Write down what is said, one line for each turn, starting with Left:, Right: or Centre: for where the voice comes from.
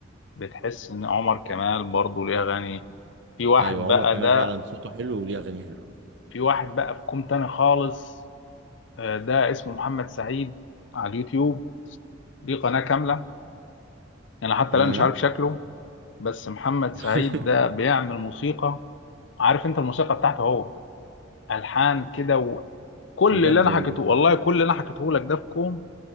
Left: بتحس ان عمر كمال برضه ليه اغاني في واحد
Right: ايوه عمر
Left: بقى
Right: كمال
Left: ده
Right: فعلا صوته حلو وليه اغاني حلوه
Left: في واحد بقى بكم تاني خالص آه، ده اسمه محمد سعيد على اليوتيوب ليه قناة كاملة انا حتى
Right: آه.
Left: الان مش عارف شكله بس محمد سعيد
Right: <laughs>
Left: ده بيعمل موسيقى عارف انت الموسيقى بتاعته هو الحان كده وكل
Right: بجد
Left: اللي انا
Right: والله
Left: حكيته والله كل اللي انا حكيته لك ده في كوم